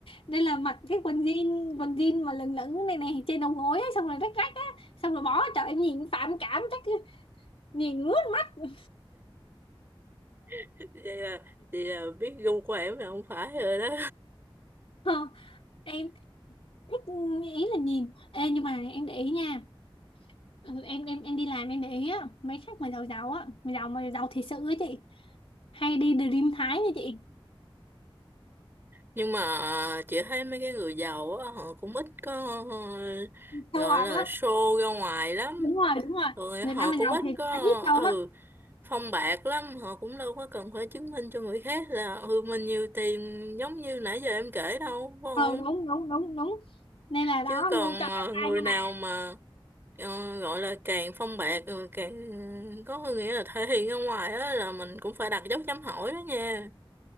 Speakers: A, on the left (about 85°); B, on the right (about 25°).
A: nên là mặc cái quần jean quần jean mà lửng lửng này này trên đầu gối á xong rồi rách rách á xong rồi bỏ trời em nhìn phản cảm chắc nhìn ướt mắt <laughs>
B: <laughs> vậy là vậy là biết gu của em là không phải rồi đó
A: Ờ, em thích ý là nhìn ê nhưng mà em để ý nha Ừ, em em em đi làm em để ý á mấy khách mà giàu giàu á mà giàu mà giàu thiệt sự á chị hay đi Dream Thái nha chị
B: Nhưng mà ờ, chị thấy mấy cái người giàu á, họ cũng ít có ờ, gọi
A: sâu ọt
B: là
A: lắm
B: show ra ngoài lắm.
A: đúng rồi đúng rồi
B: Rồi
A: người
B: họ
A: Nam mà
B: cũng
A: giàu
B: ít
A: thiệt
B: có
A: là ít sâu
B: ừ
A: lắm
B: phong bạc lắm, họ cũng đâu có cần phải chứng minh cho người khác là ừ mình nhiều tiền giống như nãy giờ em kể đâu, phải
A: ờ
B: không?
A: đúng đúng đúng đúng nên là
B: Chứ
A: đó
B: còn
A: ngu cho
B: ờ,
A: bạn
B: người
A: trai nha
B: nào
A: mà
B: mà ờ, gọi là càng phong bạc rồi càng có nghĩa là thể hiện ra ngoài á là mình cũng phải đặt dấu chấm hỏi đó nha.